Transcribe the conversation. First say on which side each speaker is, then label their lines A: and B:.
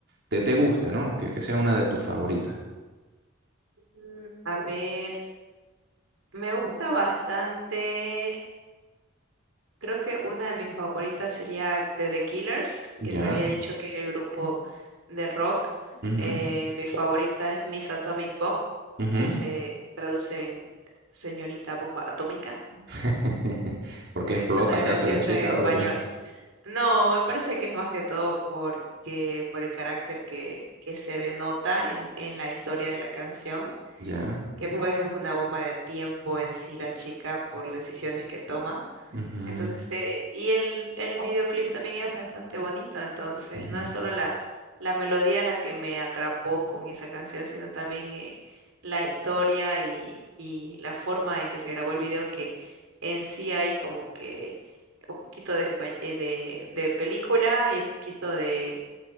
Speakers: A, on the right; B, on the right.
A: te, te guste, ¿no? Que, que sea una de tus favoritas.
B: mm, a ver, me gusta bastante Creo que una de mis favoritas sería de The Killers,
A: Ya.
B: que te había dicho que es el grupo de rock.
A: Ujú,
B: Eh, mi favorita es Miss Atomic Bomb,
A: ujú.
B: que se traduce en Señorita Bomba Atómica.
A: <laughs> ¿Por qué
B: Es
A: explota
B: una
A: acaso
B: graciosa
A: la chica
B: en español.
A: o qué?
B: No, me parece que es más que todo porque por el carácter que, que se denota en, en la historia de la canción,
A: Ya.
B: que pues es una bomba de tiempo en sí la chica por decisiones que toma.
A: Ujú,
B: Entonces, eh, y el, el videoclip también es bastante bonito, entonces
A: ujú,
B: no es solo la, la melodía la que me atrapó con esa canción, sino también eh, la historia y, y la forma en que se grabó el video, que en sí hay como que un poquito de, espa- eh, de, de película y un poquito de,